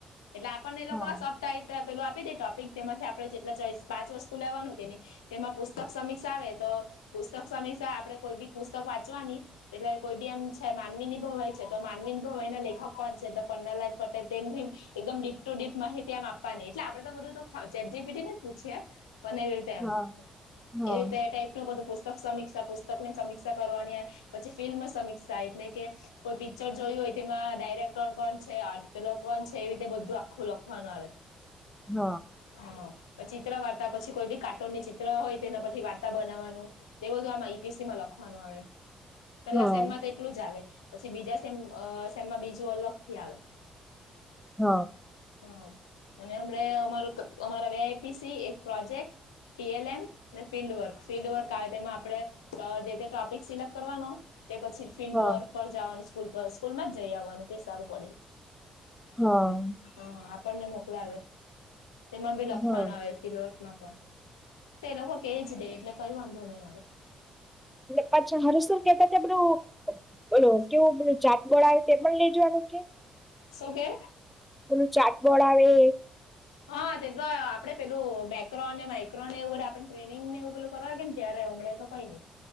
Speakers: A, on the left (about 80°); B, in the centre.
A: એટલે આપણને એલોકો
B: હા
A: સ- ટાઈપના પેલું આપી દેય ટોપિક તેમાંથી આપણે જેટલા ચોઈસ પાંચ વસ્તુ લેવાનું કેની- તેમાં પુસ્તક સમીક્ષા આવે તો, પુસ્તક સમીક્ષા આપણે કોઈ બી પુસ્તક વાંચવાની- એટલે કોઈ બી એમ છે, માનવીની ભવાઈ છે તો, માનવીની ભવાઈના લેખક કોણ છે, તો પન્નાલાલ પટેલ તેને ભી. એકદમ ડીપ ટુ ડીપ માહિતી એમ આપવાની એટલે આપડે તો, બધું તો, ચેટ જીપીટી ને જ પુછયે અને તેમ,
B: હા હા
A: એતે તેટાઈપનું બધું પુસ્તક સમીક્ષા પુસ્તકની સમીક્ષા કરવાની આવ પછી, ફિલ્મ સમીક્ષા એટલે કે- કોઈ પિક્ચર જોયું ઓય તેમાં ડાયરેક્ટણ કોણ છે, આ પેલો કોણ છે, એ રીતે બધું આખું લખવાનું આવે- <unintelligible> <inaudible>
B: હ,
A: હ, પચિત્ર વાર્તા પછી કોઈ બી કાર્ટૂનની ચિત્ર હોય તેના પરથી વાર્તા બનાવાનું- એ બધું આમાં ઈ. પી. સી માં લખવાનું આવે પેલા
B: હા
A: સેમમાં તો એટલું જ આવે- પછી, બીજા સેમ અ સેમમાં બીજું અલગથી આવે-
B: હ,
A: હ, અને અમણે અમારુ, અમારા સે ઈ. પી. સી એક પ્રોજેક્ટ ટી એલ એમ ને ફિલ્ડ વર્ક, ફિલ્ડ વર્ક, આવે તેમાં આપણે જે ટોપિક સિલેક્ટ- કરવાનો તે પછી ફિલ્ડ
B: હા
A: વર્ક- પર જાવાનું સ્કૂલ પર સ્કૂલમાં જ જઈ આવવાનું તે સારું પડે-
B: હ,
A: હ, આપણને મોકલાવે તેમાં બી લખવાનું
B: હા
A: આવે ફિલવર્કમાં પણ- તો એ લોકો કેજ દેય એટલે કઈ વાંધો નહીં આવે-
B: પછા, હરસુ કેતાતા આપણુ- બોલો, કેવું પેલુ ચાટબોર્ડ આવે તે પણ લેજવાનું કે?
A: શુ કે
B: પેલું ચાટ બોર્ડ આવે
A: હા તે તો આપડે પેલું મેક્રોને માઇક્રો ને એવું બધ આપણે ટ્રેનિંગને એવું પેલું કરવાય કે ને ત્યારે હમે- હો ન